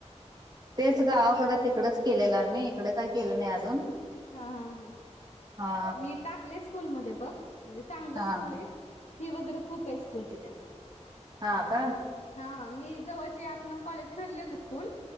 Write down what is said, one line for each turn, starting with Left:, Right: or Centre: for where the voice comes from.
Right: तेच गावाकडं तिकडच केलेलं आम्ही. इकडे काय केलं नाही अजून.
Left: हा हा हा.
Right: हा
Left: मी टाकले स्कूलमध्ये बघ. म्हणजे चांगलं
Right: हा
Left: स्कूले. फी वगैरे खूपे स्कूलची त्या.
Right: हा का?
Left: हा मी जवळचे आठ नऊ कॉलेज फिरले होते स्कूल.